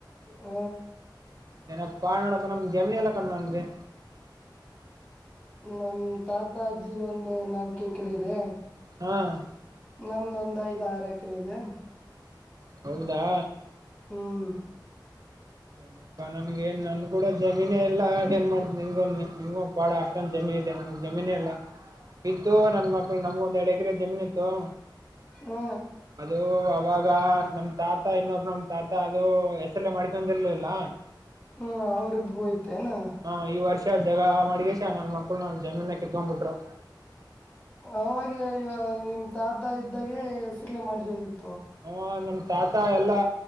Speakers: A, on the left; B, on the right.
A: ಹ್ಮ
B: ಏನಪ್ಪ ಪಾ ನೋಡಪ್ಪ ನಮ್ ಜಮನಿ ಎಲ್ಲ ಕಣು ನನ್ಗೆ
A: ನಮ ತಾತ ಅಜ್ಜಿಗೊಂದು ನಾವು ಕೇೇಕ್ರೆ ಇದೆ
B: ಹ್ಮ್
A: ನಮ್ದೊಂದ್ ಐದ್ ಆರು ಎಕರೆ ಇದೆ
B: ಹೌದಾ
A: ಹ್ಮ್
B: ಇನಪ್ಪಾ ನನಗ ಏನು ನನ್ನ ಕೂಡ ಜಮೀನೇ ಇಲ್ಲ ಏನ್ ಮಾಡ್ತ ನಿಮಗು ನಿಮಗೂ ಪಾಡ ಅಷ್ಟೊಂದು ಜಮೀನ ಇದೆ ನಮಗೆ ಜಮೀನೇ ಇಲ್ಲ ಇತ್ತು ನನ್ನ ಮಕ್ಳು ನಮಗೂ ಒಂದೆರಡು ಎಕರೆ ಜಮೀನುಿತ್ತು
A: ಹ್ಮ
B: ಅದು ಅವಾಗ ನಮ್ ತಾತ ಇನ್ನೊಬ ನಮ ತಾತ ಅ ಅದು ಎಸ ಎಲ್ಲ ಮಾಡ್ಕೊಿರ್ಲಿಲ್ಲ
A: ಹ್ಮ್ ಅವ್ರಬ್ ಹೋಯ್ತೆನಾ
B: ಹ ಈ ವರ್ಷ ಜಗ ಮಾಡಗೇಶ ನನ್ನ ಮಕ್ಕಳು ನ ಜಮೀನ ಕಿತ್ಕೊಂಡ್ಬಿಟ್ರು
A: ಅವಾಗ ನಿಮ ತಾತ ಇದ್ದಾಗೆಸಕ್ಲೆ ಮಾಡ್ಸದಿತ್ತು
B: ಹ ನ ತಾತ ಎಲ್ಲಾ